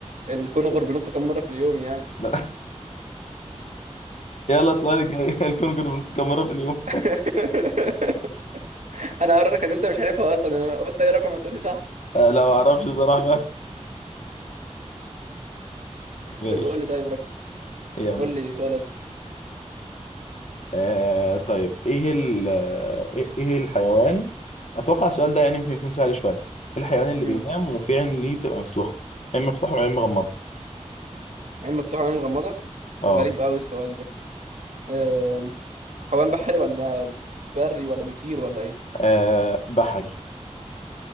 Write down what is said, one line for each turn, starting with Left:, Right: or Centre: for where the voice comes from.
Right: الكونغر بينط كام مره في اليوم يعني
Left: لا <laughs> يلا السؤال الجاي <laughs> الكونجر بنط كام مرة في اليوم
Right: <laughs> انا هقررك ان انت مش عارفها اصلا انا قلت اي رقم هتقول لي صح
Left: آه لا ما اعرفش بصراحة <laughs> بقى ماشي
Right: طب قول لي طيب رقم
Left: يلا
Right: قول لي سؤال قصدي
Left: آه طيب ايه ال آه، ايه إيه الحيوان اتوقع السؤال ده يعني ممكن يكون سهل شوية إيه الحيوان اللي
Right: امم
Left: بينام وفي عين ليه بتبقى مفتوحة عين مفتوحة وعين مغمضة
Right: عين مفتوحه وعين مغمضه
Left: اه
Right: غريب قوي السؤال ده آه، حيوان بحري ولا بري ولا بيطير ولا ايه
Left: آه، بحري